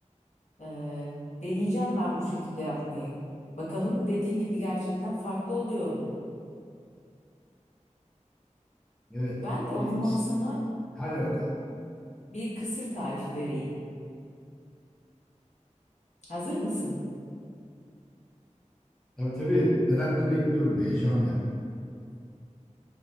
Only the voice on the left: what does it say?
Ee, deneyeceğim ben bu şekilde yapmayı. Bakalım dediğin gibi gerçekten farklı oluyor mu?
Ben
de o zaman sana
bir kısır tarifi vereyim. Hazır mısın?